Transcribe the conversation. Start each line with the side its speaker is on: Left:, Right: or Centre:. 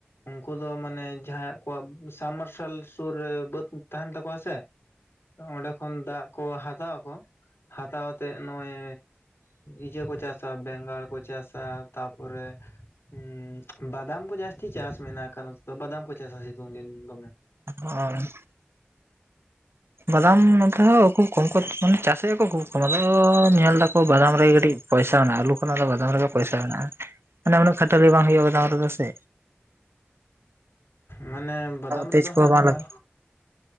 Left: ᱩᱱᱠᱩ ᱫᱚ ᱢᱟᱱᱮ ᱡᱟᱦᱟᱸᱭ ᱠᱚᱣᱟᱜ ᱥᱟᱵᱢ ᱢᱟᱨᱥᱟᱞ ᱥᱩᱨ ᱨᱮ ᱵᱟᱹᱫ ᱛᱟᱦᱮᱱ ᱛᱟᱠᱚᱣᱟ ᱥᱮ ᱚᱸᱰᱮ ᱠᱷᱚᱱ ᱫᱟᱜ ᱠᱚ ᱦᱟᱛᱟᱣᱠᱚ ᱦᱟᱛᱟᱣᱛᱮ ᱱᱚᱜᱼᱚᱭ ᱤᱡᱟᱹ ᱠᱚ ᱪᱟᱥᱟ ᱵᱮᱸᱜᱟᱲ ᱠᱚ ᱪᱟᱥᱟ ᱛᱟᱯᱚᱨᱮ ᱦᱸ ᱵᱟᱫᱟᱢ ᱠᱚ ᱡᱟᱹᱥᱛᱤ ᱪᱟᱥ ᱢᱮᱱᱟᱜ ᱟᱠᱟ ᱫᱚ ᱵᱟᱫᱟᱢ ᱠᱚ ᱪᱟᱥᱟ ᱥᱤᱛᱩᱝ ᱫᱤᱱ ᱫᱚᱢᱮ
Right: <unintelligible> ᱵᱟᱫᱟᱢ ᱱᱚᱛᱮ ᱦᱚᱸ ᱩᱠᱩ ᱠᱚᱢ ᱠᱚ ᱢᱟᱱᱮ ᱪᱟᱥᱮᱫᱼᱟ ᱠᱚ ᱦᱠᱩ ᱠᱚᱢ ᱟᱫᱚ- ᱧᱮᱞ ᱫᱟᱠᱚ ᱵᱟᱫᱟᱢ ᱨᱮ ᱠᱟᱹᱴᱤᱡ ᱯᱚᱭᱥᱟ ᱢᱮᱱᱟᱜᱼᱟ ᱟᱞᱩ ᱠᱷᱚᱱᱟᱜ ᱫᱚ ᱵᱟᱫᱟᱢ ᱨᱮᱜᱮ ᱯᱚᱭᱥᱟ ᱢᱮᱱᱟᱜᱼᱟ ᱢᱟᱱᱮ ᱩᱱᱟᱹᱜ ᱠᱷᱟᱹᱴᱟᱹᱨᱤ ᱵᱟᱝ ᱦᱩᱭᱩᱜᱼᱟ ᱵᱟᱫᱟᱢ ᱨᱮᱫᱚ ᱥᱮ
Left: ᱢᱟᱱᱮ ᱵᱟᱫᱟᱢ
Right: ᱛᱮᱡᱽ
Left: ᱨᱮᱫᱚ
Right: ᱠᱚᱦᱚᱸ
Left: ᱦᱜ
Right: ᱵᱟᱝ
Left: ᱱᱚᱜᱼᱚᱭ
Right: ᱞᱟᱜᱟᱜ